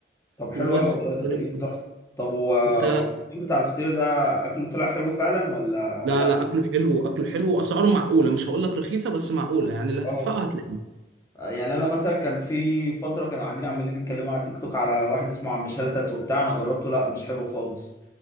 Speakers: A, on the left; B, on the right.
A: طب حلو
B: وبس
A: قوي والله
B: كده
A: ده
B: اليوم
A: كان يوم
B: خلص
A: تحفة طب و
B: انت
A: و- بتاع الفطير ده اكله طلع حلو فعلا ولا
B: لا
A: لا؟
B: لا اكله حلو اكله حلو واسعاره معقولة مش هقول لك رخيصة بس معقولة يعني اللي هتدفعه
A: اه
B: هتلاقيه
A: يعني انا مثلا كان في فترة كانوا قاعدين عمالين يتكلموا على تيك توك على واحد اسمه عم شلتت وبتاع انا جربته لا مش حلو خالص